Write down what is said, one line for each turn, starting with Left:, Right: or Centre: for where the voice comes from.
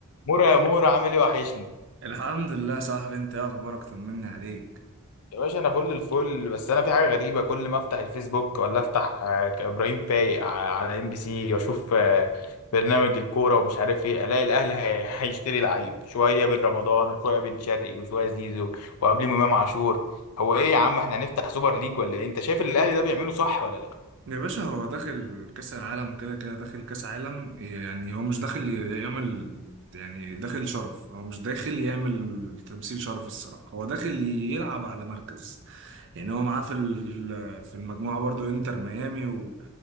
Left: مورا يا مورا عامل ايه وحشني
Right: الحمد لله يا صاحبي انت ايه اخبارك طمني عليك
Left: يا باشا انا فل الفل بس انا في حاجه غريبه كل ما افتح الفيسبوك ولا افتح آه، ابراهيم فايق ع- على ام بي سي واشوف آه، برنامج الكوره ومش عارف ايه الاقي الاهلي هي- <laughs> هيشتري لعيب شويه بن رمضان وشويه بن شرقي وشويه زيزو وقبليهم امام عاشور هو ايه يا عم احنا هنفتح سوبر ليج ولا ايه انت شايف اللي الاهلي ده بيعمله صح ولا لا
Right: يا باشا هو داخل كأس العالم كده كده داخل كأس عالم يعني هو مش داخل يعمل يعني داخل شرف هو مش داخل يعمل تمثيل شرفي الصراحة هو داخل يلعب على مركز يعني هو معاه في ال- في المجموعة برضو انتر ميامي و-